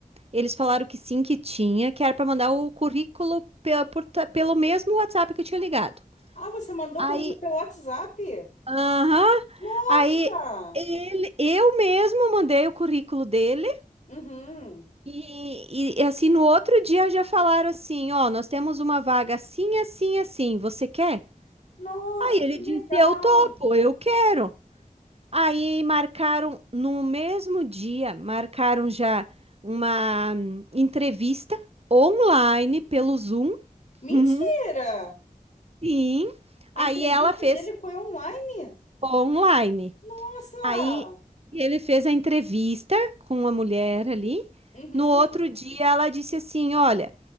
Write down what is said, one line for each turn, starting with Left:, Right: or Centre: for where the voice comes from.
Right: Eles falaram que sim, que tinha, que era para mandar o currículo pe- por ta- pelo mesmo WhatsApp que eu tinha ligado.
Left: Ah, você mandou
Right: Aí,
Left: o currículo pelo WhatsApp?
Right: aham,
Left: Nossa!
Right: aí ele, eu mesmo mandei o currículo dele
Left: Uhum.
Right: e, e, e, assim no outro dia já falaram assim, ó, nós temos uma vaga assim, assim, assim, você quer?
Left: Nossa,
Right: Aí ele
Left: que legal!
Right: disse, eu topo, eu quero. Aí marcaram no mesmo dia, marcaram já uma hum, entrevista online pelo Zoom.
Left: Mentira!
Right: <laughs> Sim.
Left: A
Right: Aí
Left: entrevista
Right: ela fez
Left: dele foi online?
Right: online.
Left: Nossa!
Right: Aí ele fez a entrevista com a mulher ali.
Left: Uhum.
Right: No outro dia ela disse assim: Olha,